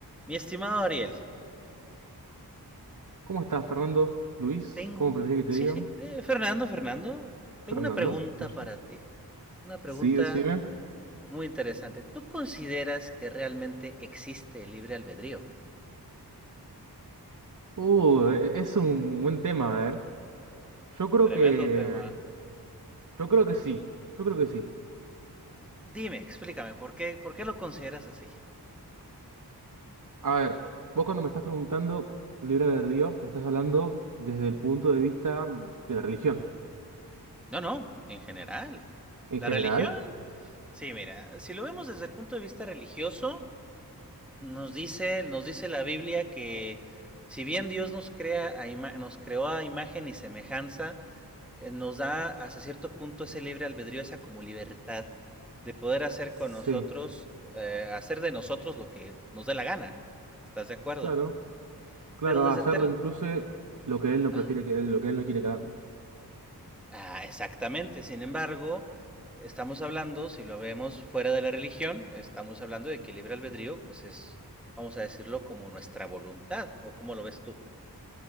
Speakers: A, in the centre; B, on the right (about 50°).
A: Mi estimado Ariel,
B: ¿Cómo estás, Fernando? ¿Luis?
A: tengo...
B: ¿Cómo preferís que te
A: Sí,
B: digan?
A: sí, eh, Fernando, Fernando, tengo
B: ¿Fernando?
A: una pregunta
B: Oye.
A: para ti. Una pregunta
B: Sí, decime.
A: muy interesante. ¿Tú consideras que realmente existe el libre albedrío?
B: Uh, e- e, es un buen tema, a ver. Yo creo
A: Tremendo
B: que.
A: tema.
B: Yo creo que sí. Yo creo que sí.
A: Dime, explícame, ¿por qué, por qué lo consideras así?
B: A ver, vos cuando me estás preguntando un libro de Río, me estás hablando desde el punto de vista de la religión.
A: No, no, en general.
B: En
A: La
B: general.
A: religión Sí, mira, si lo vemos desde el punto de vista religioso, Nos dice, nos dice la Biblia que si bien Dios nos crea a ima- nos creó a imagen y semejanza, eh, nos da hasta cierto punto ese libre albedrío, esa como libertad de poder hacer
B: Sí,
A: con nosotros, eh, hacer de nosotros lo que nos dé la gana. ¿Estás de acuerdo?
B: claro. Claro,
A: Pero desde
B: a hacerlo
A: ter-
B: incluso lo que él no
A: ah,
B: prefiere que él, lo que él no quiere que hagamos.
A: ah, exactamente. Sin embargo, estamos hablando, si lo vemos fuera de la religión, estamos hablando de que el libre albedrío, pues es, vamos a decirlo, como nuestra voluntad, ¿o cómo lo ves tú?